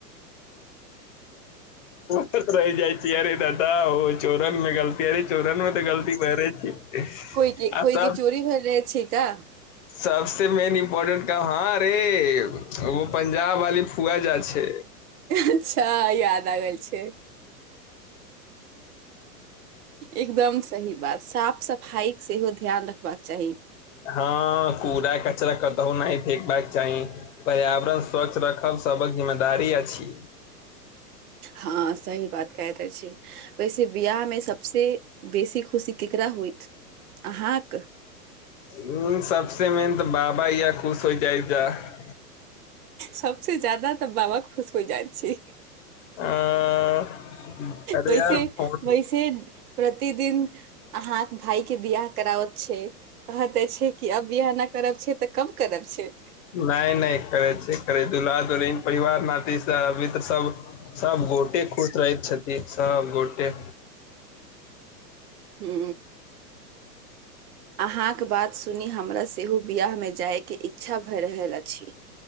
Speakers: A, on the left; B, on the right.
A: <unintelligible> <unintelligible> रहि जाइ छी अरे दादा ओ चोरन न गलत अर चौरहनमे त <unintelligible> गलती बर छी आ
B: कोइ के कोइ
A: त
B: के चोरी भेल रहे छै का
A: सबस मेन इम्पोर्टेंट काम हाँ रे वो बच पंजाब वाली फुआ जाइ छै
B: अच्छा याद आ गेल छै एकदम सही बात साफ सफाई सेहो ध्यान रखबाक चाही
A: हँ कूड़ा कचरा कतौ नहि फेकबाक चाही पर्यावरण स्वच्छ रखब सभक जिम्मेदारी अछि
B: हँ सही बात कहेत अछि ओैसे बियाह मे सबसे बेसी खुशी केकरा होयत अहाँक
A: हु सबसे मेन तऽ बाबा या खुश हो जाइ त्त
B: सबसे जादा तऽ बाबा खुश होइ जाइत छै
A: <unintelligible> अरे
B: वैसे
A: यार फोन
B: वैसे प्रतिदिन अहाँ के भाय के बियाह करावत छै कहते छै कि अब बिआह नहि करब छै तऽ कब करब छै
A: ने ने करै छै करै दुल्हा दुल्हिन परिवार नातिसब मित्र सब सबगोटे खुश रहैत छथिन सबगोटे
B: हू
A: ह <inaudible>
B: अहाँक बात सुनी हमरा सेहो बयाह मे जायके इच्छा भए रहल अछि